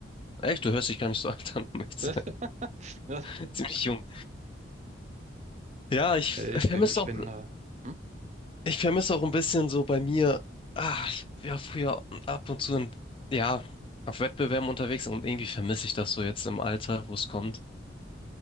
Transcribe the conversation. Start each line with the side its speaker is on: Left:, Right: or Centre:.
Left: echt, du hörst dich gar nicht so alt an, um echt
Right: <laughs>
Left: zu sein.
Right: Ja,
Left: <laughs> Ziemlich jung. Ja, ich
Right: nee,
Left: vermisse
Right: ich bin, ich
Left: auch,
Right: bin, äh, hm?
Left: ich vermisse auch ein bisschen so bei mir, ah, ich war früher ab und zu in, ja, auf Wettbewerben unterwegs und irgendwie vermisse ich das so jetzt im Alter, wo es kommt.